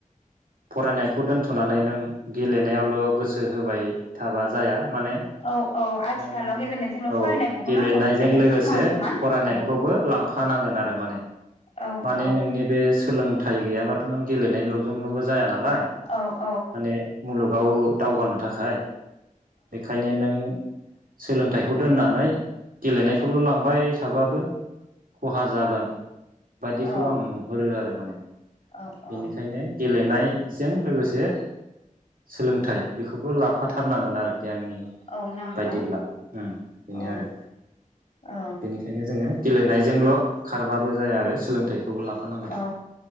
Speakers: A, on the right; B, on the left.
A: फरायनायखौ दोनथ'नानै नों गेलेनायावल' गोसो होबाय थाबा जाया माने
B: औ औ आथिखालाव
A: नों
B: गेलेनायजोंल'
A: औ
B: फरायनायखौबो
A: गेलेनायजों
B: नांफागौ जायो
A: लोगोसे
B: समान समान
A: फरायनायखौबो
B: औ
A: लांफानांगोन आरो माने
B: औ
A: माने
B: औ
A: नोंनि बे सोलों थाइ गैयाबाथ' नों गेलेनायल'जोंल' जाया ना लाय
B: औ औ
A: माने मुलुग गाव दावगानो थाखाय बेखायनो नों सोलोंथाइखौ दोननानै गेलेनायखौल लांबाय थाबाबो खहा जागोन बायदिखौ
B: औ
A: आं नुहुरो आरो माने
B: औ
A: बेनिखायनो
B: औ
A: गेलेनायजों लोगोसे सोलोंथाइ बेखौबो लाफाथारनांगोन आरोखि आंनि
B: औ नांगौ
A: बायदिब्ला उम बेनो
B: औ
A: आरो।
B: औ
A: बेनिखायनो जोङो गेलेनाय जोंल' खारबाबो जाया आरो सोलों थाइखौबो लाफानांगोन
B: औ